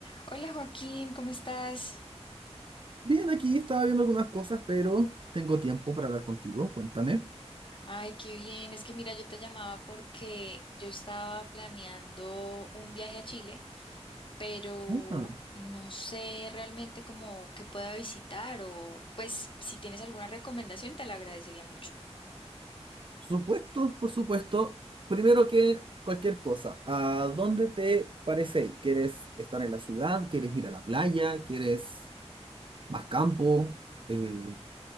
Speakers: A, on the left; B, on the right.
A: Hola Joaquín, ¿cómo estás?
B: Bien, aquí estaba viendo algunas cosas, pero tengo tiempo para hablar contigo. Cuéntame.
A: Ay, qué bien. Es que mira, yo te llamaba porque yo estaba planeando un viaje a Chile, pero
B: Ah,
A: no sé realmente cómo que pueda visitar o pues si tienes alguna recomendación te la agradecería mucho.
B: supuesto, por supuesto. Primero que cualquier cosa, ¿a dónde te parece ir? ¿Quieres estar en la ciudad? ¿Quieres ir a la playa? ¿Quieres más campo? Eh,